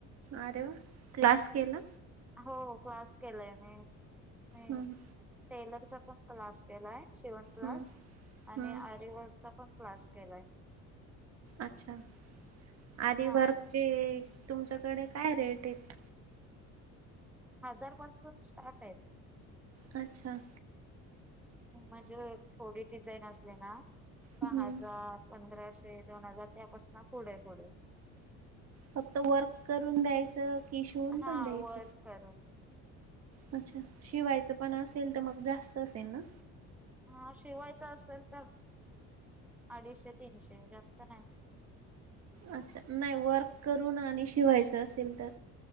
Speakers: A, on the right (about 50°); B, in the centre.
A: अरे वा, क्लास केला?
B: हो क्लास केलाय मी. मी
A: हम्म
B: टेलरचा पण क्लास केलाय. शिवण <inaudible> प्लास
A: हम्म
B: आणि
A: हम्म
B: आरेवचा पण <inaudible> प्लास केलाय.
A: अच्छा, आधी
B: हा
A: वर्कचे तुमच्याकडे काय रेट आहेत?
B: हजारपासून स्टार्ट आहेत.
A: अच्छा.
B: म्हणजे, थोडी डिझाईन असली ना, का
A: हम्म
B: हजार पंधराशे, दोन हजार त्यापसन पुढे, पुढे.
A: फक्त वर्क करून द्यायचं, की शिवून
B: हा
A: पण द्यायच?
B: वर्क करून.
A: अच्छा, शिवायचं पण असेल तर मग जास्त असेल ना?
B: हा शिवायचा असेल तर, अडीशे, तीनशे जास्त नाही.
A: अच्छा, नाही वर्क करून आणि शिवायचं असेल तर?